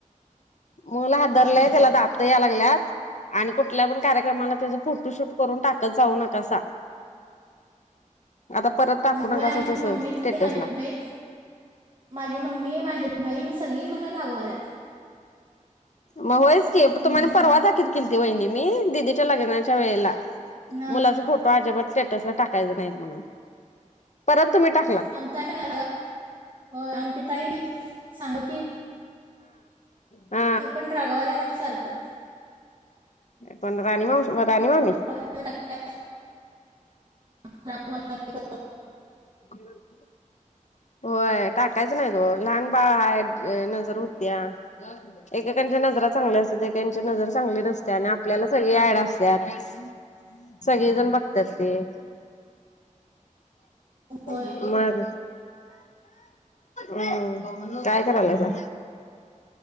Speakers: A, on the left (about 60°); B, on the right (about 40°).
A: मुलं
B: होय
A: हादरलंय
B: होय
A: त्याला दात याय लागल्यात. आणि कुठल्या पण कार्यक्रमाला त्याचा फोटोशूट करून टाकत जाऊ नकासा. आता परत टाकू
B: होय
A: ना कस
B: आमची
A: तस
B: मम्मी
A: स्टेटसला.
B: ते माझी बहीण माझी मम्मी माझी बहिण सगळी मला रागवायलात.
A: मग होयच की
B: हम्म.
A: तुम्हाने परवा दाखवत केली ती वहिणी मी दिदीच्या लग्नाच्या वेळेला.
B: हा
A: मुलाचा फोटो अजिबात स्टेटसला टाकायच नाहीत म्हणून परत तुम्ही टा
B: <unintelligible> होय आमची तायडी सांग की?
A: हा
B: ते पण रागवाल्या नव्ह सारखं.
A: कोण राणी मामी?
B: फोटो कशाला टाकते? खराब व्हायला लागले.
A: <unintelligible> होय टाकायचं नाही तो लहान बाळ हयात नजर होत्या. एकेकांच्या नजर चांगल्या असतात एांची नजर चांगली नसते आणि आपल्याला सगळी ऍड असत. सगळेजण बघतात ते. मग.
B: होय
A: हम्मं काय करालायसा?